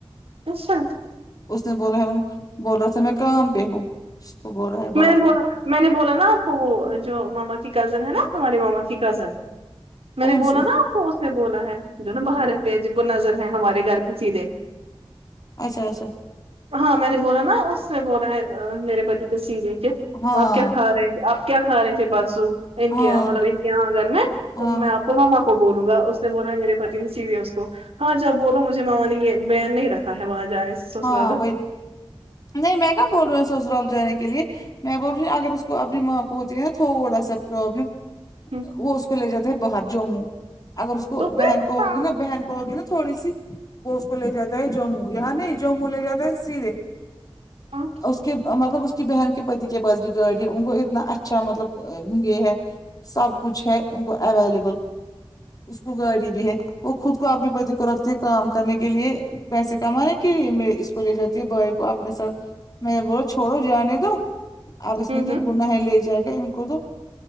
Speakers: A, on the right (about 80°); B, on the left (about 40°).
A: اشنت
B: اس نے بولا ہے بول رہا تھا میں کام پہ ہوں اس کو برہ ہے
A: میں
B: باپ
A: نے بولا
B: کو
A: میں نے بولا نا آپ وہ جو ماما کی کزن ہے نا ہمارے ماما کی کزن میں
B: کون
A: نے بولا
B: سی
A: نا آپ کو اس نے بولا ہے جو نا باہر رہتے ہیں جن کو نظر ہے ہمارے گھر پہ سیدھے
B: اچھا اچھا
A: ہاں میں نے بولا نا اس میں بولا ہے میرے پتی تو چیزیں کے
B: ہاں
A: آپ کیا کھا رہے تھے آپ کیا کھا رہے تھے پرسو ان
B: ہاں
A: کے مطلب ان کے آنگن میں تو
B: ہاں
A: میں ک ماما کو بولوں گا اس نے بولا ہے میرے پتی نہیں سیوے اس کو ہاں جب بولو مجھے مما نی کی بین نہیں رکھا ہے وہاں جانے سے سسر
B: ہاں بھائی نہیں میں کہاں بول رہی ہوں سسرال جانے کے لیے میں بول رہی ہوں اگر اس کو اپنی ماں کو ہوتی ہے تھوڑا سا پرابلم
A: ہوں
B: وہ اس کو لے جاتا ہے باہر جموں اگر اس کو
A: تو
B: بہن
A: پھر
B: کو ہوگی
A: ہاں
B: نا بہن کو ہوگی نا تھوڑی سی وہ اس کو لے جاتا ہے جموں یہاں نہیں جموں لے جاتا ہے سیدھے
A: ام
B: اس کے مطلب اس کی بہن کے پتی کے پاس بھی گاڑی ہے ان کو اتنا اچھا مطلب یہ ہے سب کچھ ہے ان کو اویلیبل اس کو گاڑی بھی ہے وہ خود کو آپکے پتی کو رکھتی ہے کام کرنے کے لیے پیسے کمانے کے لیے م اسکو لے جاتی ہے بھائی کوآ پ سر میں نے بولا چھوڑو جانے دو آپ اس
A: ہوں
B: میں کیا
A: ہوں
B: گناہ ہے لے جاکے ان کو دو